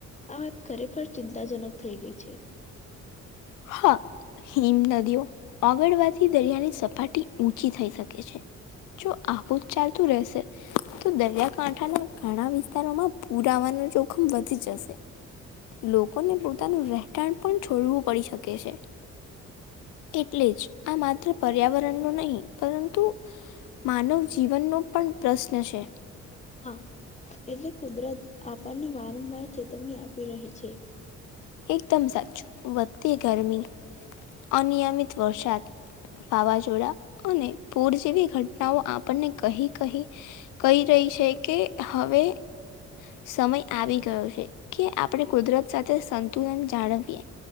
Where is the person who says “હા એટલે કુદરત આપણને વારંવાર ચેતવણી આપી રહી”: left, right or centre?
Left